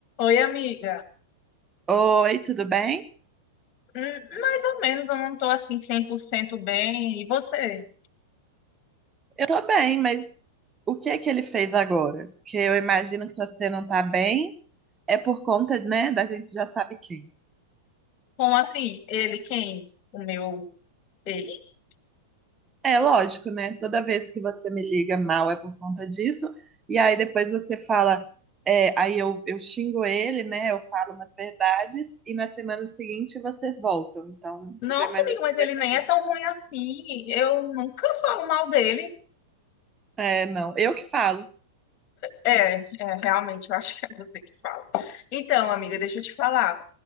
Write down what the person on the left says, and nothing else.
Oi, amiga.
Hum, Mais ou menos, eu não tô assim 100% bem. E você?
Como assim? Ele quem? O meu ex?
Nossa,
amiga,
mas ele
nem é
tão ruim assim. Eu nunca falo mal dele.
É, é, realmente, eu acho que é você que fala. Então, amiga, deixa eu te falar.